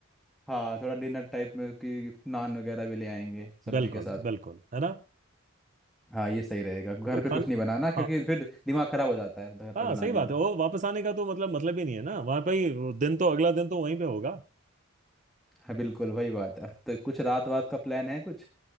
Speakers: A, in the centre; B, on the right.
A: हाँ थोड़ा डिनर टाइप में कि नान वगैरह भी ले आएंगे सब्जी
B: बिल्कुल
A: के साथ
B: बिल्कुल है ना
A: हाँ ये सही रहेगा घर
B: तो
A: पे
B: खान
A: कुछ नहीं बनाना क्योंकि
B: हाँ
A: फिर दिमाग खराब हो जाता है घर पे
B: हाँ
A: बनाने
B: सही बात
A: में
B: है वो वापस आने का तो मतलब मतलब ही नहीं है ना वहां पे ही दिन तो अगला दिन तो वहीं पे होगा
A: हाँ बिल्कुल वही बात है तो कुछ रात वात का प्लान है कुछ